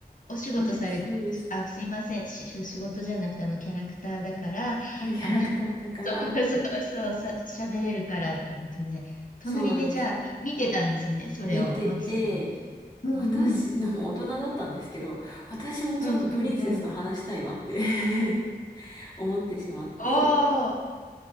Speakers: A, on the left; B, on the left.
A: お仕事され、
B: そうです、そうです。
A: あ、すいません。し、し仕事じゃなくて、あの、キャラクターだから、
B: キャラクターだから、
A: あの、<laughs> そこ、そうそう、さ、喋れるからってことで、隣でじゃあ、
B: そうなんですよ。
A: 見てたんですね、それを、
B: 見てて、
A: マキさんは。うんうん。
B: 私、でも大人だったんですけど、私もちょっとプリンセスと話したいわって
A: うんうんうん。
B: <laughs> 思ってしまって、
A: あ